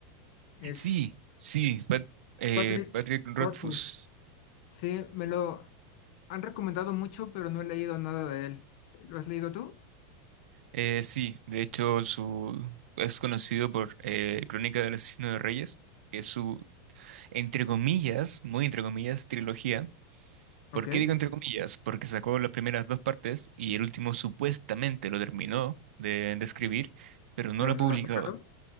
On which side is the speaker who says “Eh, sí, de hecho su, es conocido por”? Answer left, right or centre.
Right